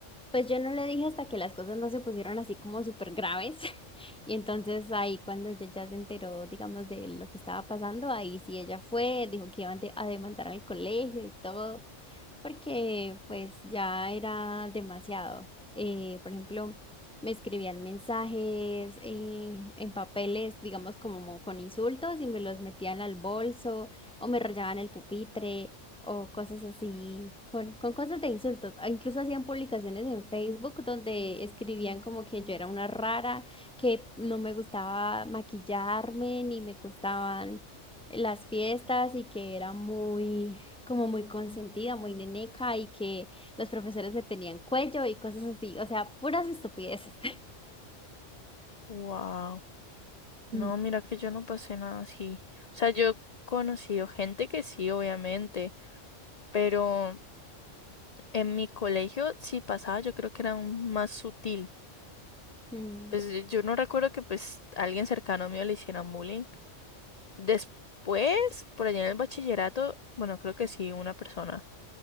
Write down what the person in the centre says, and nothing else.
pues yo no le dije hasta que las cosas no se pusieron así como súper graves. <laughs> Y entonces ahí cuando ella ya se enteró, digamos, de lo que estaba pasando, ahí sí ella fue, dijo que iba a de- a demandar al colegio y todo. porque pues ya era demasiado. Eh, por ejemplo, me escribían mensajes eh, en papeles, digamos como con insultos y me los metían al bolso o me rayaban el pupitre o cosas así, con, con cosas de insultos. Ah, Incluso hacían publicaciones en Facebook donde escribían como que yo era una rara, que no me gustaba maquillarme ni me gustaban las fiestas y que era muy como muy consentida, muy neneca y que los profesores me tenían cuello y cosas así, o sea, puras estupideces. <laughs>
Mm,
mm,